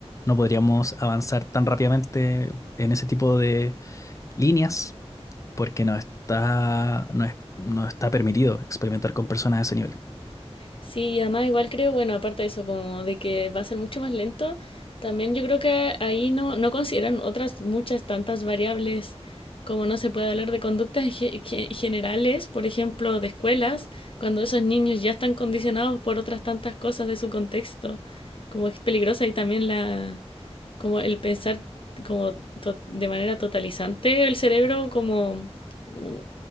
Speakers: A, on the left; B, on the left.
A: no podríamos avanzar tan rápidamente en ese tipo de líneas porque no está, no es- no está permitido experimentar con personas a ese nivel.
B: Sí, y además igual creo, bueno, aparte de eso, como de que va a ser mucho más lento, también yo creo que ahí no, no consideran otras muchas tantas variables, como no se puede hablar de conductas ge- ge- generales, por ejemplo, de escuelas, cuando esos niños ya están condicionados por otras tantas cosas de su contexto, como es peligrosa y también la, como el pensar como to- de manera totalizante el cerebro, como mm,